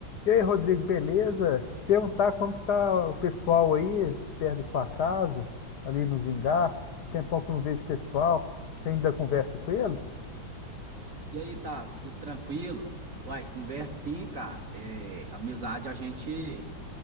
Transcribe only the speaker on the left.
E aí, Rodrigo, beleza? Te perguntar como que tá o pessoal aí, perto da sua casa, ali no Zingá. Tempão que eu não vejo o pessoal. Você ainda conversa com eles?